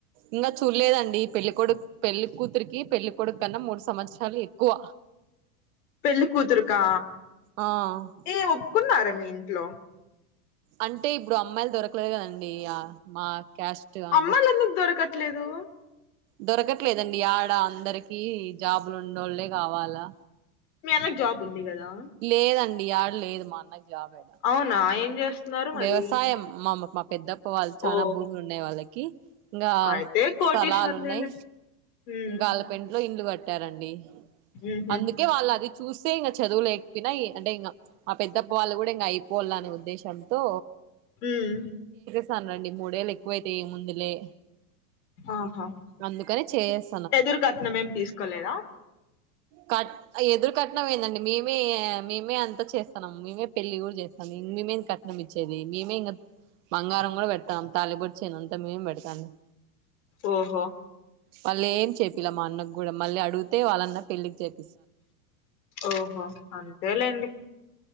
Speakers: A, on the right; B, on the left.
A: ఇంకా చూడలేదండి పెళ్ళికొడుకు పెళ్లి కూతురికి పెళ్ళికొడుకు కన్నా మూడు సంవత్సరాలు ఎక్కువ
B: పెళ్లికుతురుకా
A: ఆ
B: ఏ ఒప్పుకున్నారా మీ ఇంట్లో
A: అంటే ఇప్పుడు అమ్మాయిలు దొరకలేదు కదండి ఆ మా క్యాస్ట్ అండి
B: అమ్మాయిలెందుకు దొరకట్లేదు
A: దొరకట్లేదండి యాడ అందరికి జాబులునోలే కావాలా
B: మీ అన్నకి జాబ్ ఉంది గదా
A: లేదండి యాడ లేదు మా అన్నకి జాబ్ యాడ
B: అవునా ఏం చేస్తున్నారు మరి
A: వ్యవసాయం మా మా పెద్దప్ప వాళ్లు చానా
B: ఓ
A: భూములున్నాయి వాళ్లకి ఇంగా
B: అయితే కోటీశ్వర్లేలే
A: స్థలాలున్నాయి
B: ఉమ్
A: ఇగాల పెంట్లో ఇండ్లు కట్టారండి
B: ఉహు
A: అందుకే వాళ్లు అది చూస్తే ఇంగా చదువు లేకపోయినా ఇ అంటే ఇంగా ఆ పెద్దప్ప వాళ్లు గూడ ఇంగా అయిపోవాలనే ఉద్దేశం ఉద్దేశంతో
B: ఉమ్మ్
A: ఇస్తాన్ రండి మూడేళ్లు ఎక్కువైతే ఏం ముందులే
B: ఆహా!
A: అందుకనే చేస్
B: ఎదురు కట్నం ఏం తీసుకోలేదా
A: కట్ ఎదురు కట్నం ఏందండి మేమే మేమే అంత చేస్తాన్నాం మేమే పెళ్లి గూడ చేస్తానం ఇగ మేమే కట్నం ఇచ్చేది మేమే ఇంకా బంగారం గూడ పెట్టాం తాలిబొట్టు చైన్ అంతే ఇంగా మేం బేడతాన్నాం
B: ఓహో!
A: వాళ్లేమో ఏం చెప్పిలా మా అన్న గూడ మళ్లీ అడుగుతే వాళ్ళన్నా పెళ్లిక్ జేప్
B: ఓహో అంతేలేండి